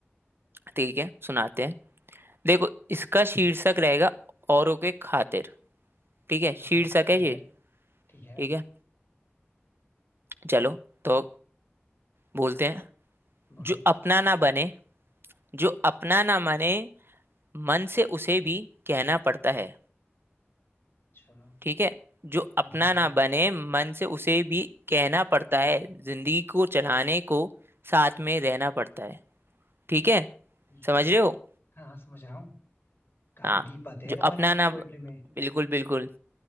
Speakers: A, on the right (about 55°); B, on the left (about 50°).
A: ठीक है सुनाते हैं देखो इसका शीर्षक रहेगा औरों के खातिर ठीक है
B: हाँ
A: शीर्षक
B: ठीक
A: है ये
B: है ठीक है
A: ठीक है चलो तो बोलते हैं
B: बोलो
A: जो अपना ना बने जो अपना ना माने मन से उसे भी कहना पड़ता है
B: अच्छा हाँ
A: ठीक है जो
B: हाँ
A: अपना
B: हाँ,
A: ना बने मन से उसे भी कहना पड़ता है जिंदगी को चलाने को साथ में रहना पड़ता है ठीक है
B: ठीक
A: समझ
B: है
A: रहे हो
B: हाँ हाँ, समझ रहा हूँ काफी
A: हाँ
B: डीप बातें हैं
A: जो
B: तुम्हारी
A: अपना ना
B: पोएट्री में
A: बिल्कुल बिल्कुल